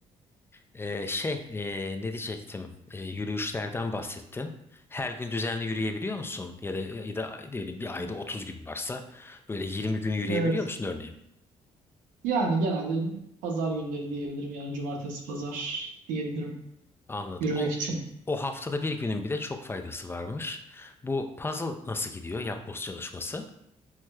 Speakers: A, on the left; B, on the right.
A: Ee, şey, e, ne diyecektim? Ee, yürüyüşlerden bahsettin. Her gün düzenli yürüyebiliyor musun? Ya da ya da ne bileyim bir ayda
B: <laughs>
A: 30 gün varsa böyle 20 gün yürüyebiliyor
B: Evet.
A: musun örneğin?
B: Yani genelde pazar günleri diyebilirim. Yani cumartesi pazar diyebilirim
A: Anladım.
B: yürümek
A: O
B: için.
A: o haftada bir günün bile çok faydası varmış. Bu puzzle nasıl gidiyor? Yapboz çalışması.